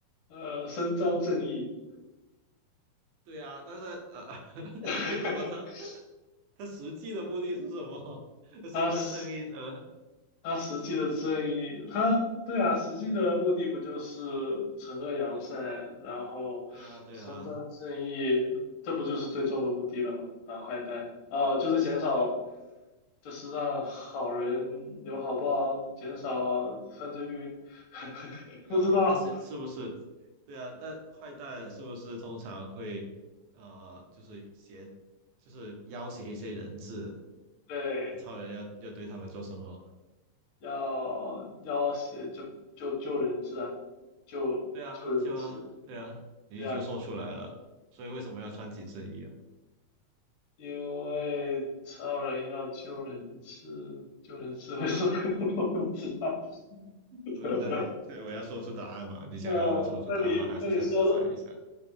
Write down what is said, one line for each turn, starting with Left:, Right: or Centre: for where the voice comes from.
Left: 呃，伸张正义，
Right: 对啊，但是呃，<laughs>
Left: <laughs>
Right: 为什么他他实际的目的是什么？<laughs> 伸张正义？
Left: 他实
Right: 呃，
Left: 他实际的正义，他对啊，实际的目的不就是惩恶扬善，然后伸张正义，
Right: 对啊，对啊，
Left: 这不就是最终的目的了吗？打坏蛋啊，就是减少就是让好人有好报，减少犯罪率。<laughs>
Right: 对啊，
Left: 不知道，
Right: 那是是不是？对啊，那坏蛋是不是通常会呃，就是挟，就是要挟一些人质？
Left: 对，
Right: 超人要要对他们做什么？
Left: 要要写就就救人质啊，救救人质。
Right: 对啊，就啊，对啊，你已经说出来了，
Left: 对啊，
Right: 所以为什么要穿紧身衣啊？
Left: 因为超人要救人质，救人质，<laughs> 为什么 <laughs> 我不知道？<laughs>
Right: 对，那你，对，我要说出答案嘛？你想要我说出答案吗？
Left: 那那你那你说的，
Right: 还是想再猜一下？